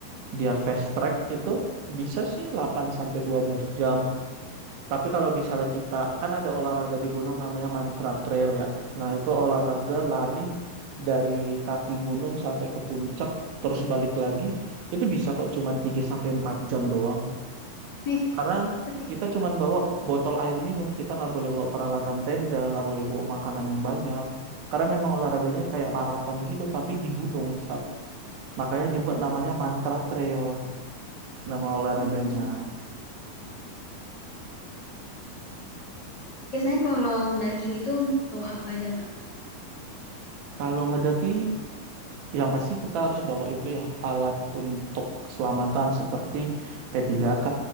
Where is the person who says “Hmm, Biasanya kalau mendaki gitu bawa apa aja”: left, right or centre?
Left